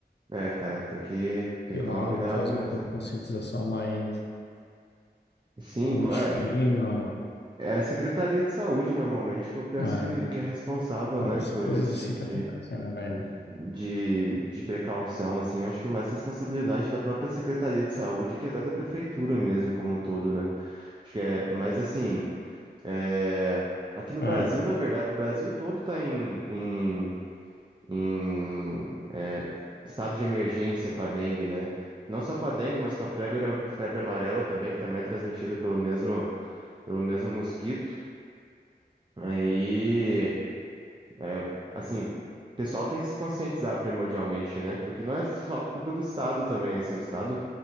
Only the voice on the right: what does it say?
É, cara, tem que, tem
que
tomar cuidado
mesmo.
Sim,
pô, é. É a Secretaria de Saúde, normalmente, que eu penso
que, que é responsável,
né,
por
esse
tipo
de,
de, de precaução, assim. Eu acho que é mais responsabilidade da própria Secretaria de Saúde que até da Prefeitura mesmo, como um todo, né? Acho que é, mas, assim, é, aqui no
Brasil, na verdade, o Brasil todo está em, em, em é, estado de emergência com a dengue, né? Não só com a dengue, mas com a febre, febre amarela também, que também é transmitida pelo mesmo, pelo mesmo mosquito. Aí É, assim, o pessoal tem que se conscientizar primordialmente, né? Porque não é só culpa do Estado também, assim, o Estado,